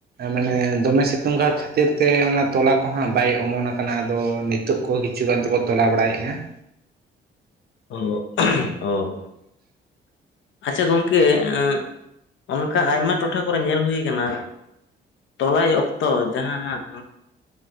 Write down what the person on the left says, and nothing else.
ᱚ ᱚ ᱚ ᱟᱪᱪᱷᱟ ᱜᱚᱝᱠᱮ ᱮᱸᱜ ᱚᱱᱠᱟ ᱟᱭᱢᱟ ᱴᱚᱴᱷᱟ ᱠᱚᱨᱮ ᱧᱮᱞ ᱦᱩᱭ ᱟᱠᱟᱱᱟ, ᱛᱚᱞᱟᱭ ᱚᱠᱛᱚ ᱡᱟᱦᱟᱸ ᱦᱟᱸᱜ